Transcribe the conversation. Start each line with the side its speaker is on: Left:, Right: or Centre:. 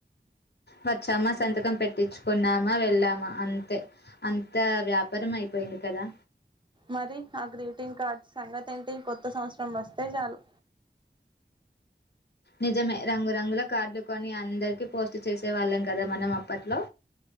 Left: వచ్చామ సంతకం పెట్టించుకున్నామా వెళ్ళాం మ అంతే అంత వ్యాపారం అయిపోయింది కదా
Right: మరి ఆ గ్రీటింగ్ కార్డ్స్ సంగతి ఏంటి కొత్త సంవత్సరం వస్ స్తే చాలు
Left: నిజమే రంగురంగుల కార్డులు కొని అందరికి పోస్ట్ చేసే వాళ్ళం కదా మనం అప్ పట్లో